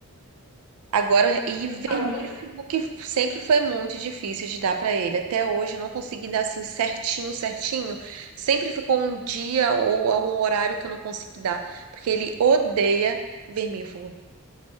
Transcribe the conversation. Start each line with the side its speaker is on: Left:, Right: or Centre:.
Right: Agora, ivermífugo,
Left: Ele fala muito
Right: que sempre foi muito difícil de dar pra ele. Até hoje eu não consegui dar assim certinho, certinho. Sempre ficou um dia ou algum horário que eu não consegui dar, porque ele odeia vermífugo.